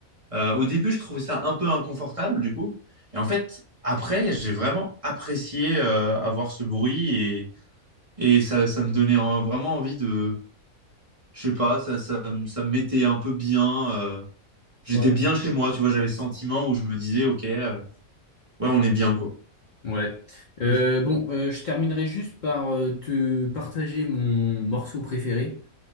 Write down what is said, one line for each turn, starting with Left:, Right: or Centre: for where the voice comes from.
Right: Euh, au début, je trouvais ça un peu inconfortable du coup et en fait. Après, j'ai vraiment apprécié euh, avoir ce bruit Et ça, ça me donnait en- vraiment envie de, je sais pas, ça, ça, me- ça me mettait un peu bien. euh, j'étais
Left: ouais.
Right: bien chez moi, tu vois, j'avais ce sentiment où je me disais, ok, euh, ouais, on est bien, quoi.
Left: Ouais. Euh,
Right: Hmm.
Left: bon, euh, je terminerai juste par euh, te partager mon morceau préféré.